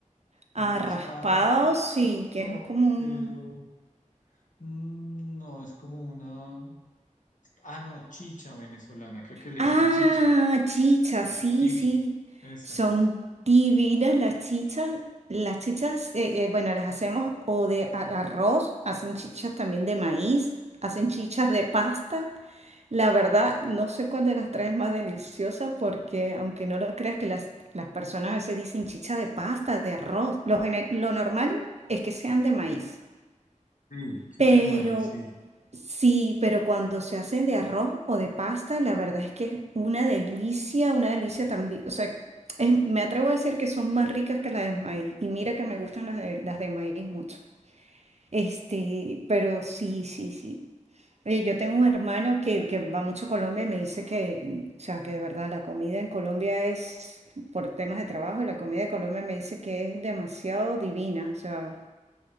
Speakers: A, on the right (about 55°); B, on the left (about 75°).
A: Ah,
B: un raspado,
A: raspado sí,
B: no,
A: que es como un
B: pero mm, no, es como una, ah, no, chicha venezolana, creo que le
A: Ah,
B: dicen chicha,
A: chichas,
B: la
A: sí,
B: chicha,
A: sí.
B: esa,
A: Son divinas las chichas. Las chichas, eh, eh, bueno, las hacemos o de a- arroz, hacen chichas también de maíz, hacen chichas de pasta. La verdad, no sé cuál de las tres es más deliciosa porque, aunque no lo creas, que las, las personas a veces dicen chicha de pasta, de arroz. Lo, gene- lo normal es que sean de maíz.
B: sí, chicha
A: Pero
B: de maíz, sí,
A: sí, pero cuando se hacen de arroz o de pasta, la verdad es que es una delicia, una delicia también. O sea, es- me atrevo a decir que son más ricas que las de maíz. Y mira que me gustan las de, las de maíz mucho. Este, pero sí, sí, sí. Oye, yo tengo un hermano que, que va mucho a Colombia y me dice que, o sea, que de verdad la comida en Colombia es, por temas de trabajo, y la comida de Colombia me dice que es demasiado divina. O sea,